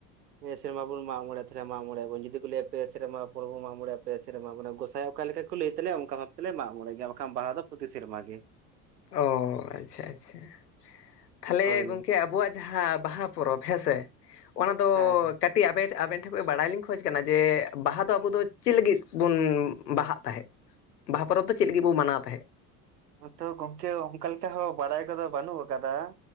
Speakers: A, on the right; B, on the left.
A: ᱱᱤᱭᱟᱹ ᱥᱮᱨᱢᱟ ᱵᱚᱱ ᱢᱟᱜᱽ ᱢᱚᱬᱮ ᱛᱟᱦᱮᱸᱢᱟᱜᱽ ᱢᱚᱬᱮ ᱵᱚᱱ᱾ ᱡᱩᱫᱤ ᱞᱟᱹᱭᱟ ᱯᱮ ᱥᱮᱨᱢᱟ ᱯᱚᱨ ᱵᱚᱱ ᱢᱟᱜᱽ ᱢᱚᱬᱮ ᱯᱮ ᱥᱮᱨᱢᱟ ᱢᱟᱱᱮ ᱜᱚᱸᱥᱟᱸᱟᱭ ᱚᱠᱟ ᱞᱮᱠᱟ ᱠᱚ ᱞᱟᱹᱭ ᱛᱟᱞᱮ, ᱚᱱᱠᱟ ᱵᱷᱟᱵ ᱛᱮᱞᱮ ᱢᱟᱜᱽ ᱢᱚᱬᱮ ᱜᱮᱭᱟ᱾ ᱵᱟᱠᱷᱟᱱ ᱵᱟᱦᱟ ᱫᱚ ᱯᱚᱛᱤ ᱥᱮᱨᱢᱟ ᱜᱮ᱾
B: ᱚ ᱟᱪᱪᱷᱟ ᱟᱪᱪᱷᱟ᱾ ᱛᱟᱦᱚᱞᱮ
A: ᱦᱳᱭ
B: ᱜᱚᱝᱠᱮ ᱟᱵᱚᱣᱟᱜ ᱡᱟᱦᱟᱸ ᱵᱟᱦᱟ ᱯᱚᱨᱚᱵᱽ ᱦᱮᱸ ᱥᱮ ᱚᱱᱟ ᱫᱚ
A: ᱦᱮᱸ ᱦᱮᱸ
B: ᱠᱟ ᱠᱟᱹᱴᱤᱡ ᱟᱻᱟᱵᱮᱱ ᱴᱷᱮᱱ ᱠᱷᱚᱱ ᱵᱟᱲᱟᱭ ᱞᱤᱧ ᱠᱷᱚᱚᱡ ᱠᱟᱱᱟ᱾ᱡᱮ ᱵᱟᱦᱟ ᱫᱚ ᱟᱵᱚ ᱫᱚ ᱪᱮᱫ ᱞᱟᱹᱜᱤᱫ ᱵᱚᱱ ᱵᱟᱦᱟᱜ ᱛᱟᱦᱮᱸᱫ ᱵᱟᱦᱟ ᱯᱚᱨᱚᱵᱽ ᱫᱚ ᱪᱮᱫ ᱞᱟᱹᱜᱤᱫ ᱵᱚ ᱢᱟᱱᱟᱣ ᱛᱟᱦᱮᱸᱫ
A: ᱛᱚ ᱜᱚᱝᱠᱮ ᱚᱱᱠᱟ ᱞᱮᱠᱟ ᱦᱚᱸ ᱵᱟᱲᱟᱭ ᱠᱚᱫᱚ ᱵᱟᱹᱱᱩᱜ ᱟᱠᱟᱫᱟ᱾